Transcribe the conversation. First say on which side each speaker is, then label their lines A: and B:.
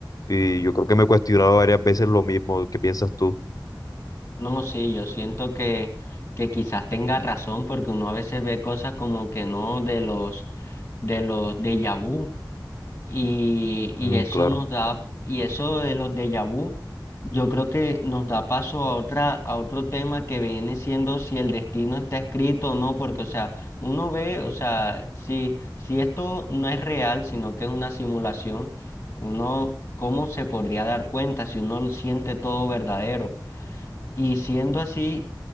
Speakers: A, on the left; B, on the left.
A: Y yo creo que me he cuestionado varias veces lo mismo. ¿Qué piensas tú?
B: No, sí, yo siento que, que quizás tengas razón, porque uno a veces ve cosas como que no de los, de los déjà vu. Y, y
A: Mm,
B: eso
A: claro.
B: nos da, y eso de los déjà vu, yo creo que nos da paso a otra, a otro tema que viene siendo si el destino está escrito o no, porque, o sea, uno ve, o sea, si, si esto no es real, sino que es una simulación, uno, ¿cómo se podría dar cuenta si uno lo siente todo verdadero? Y siendo así,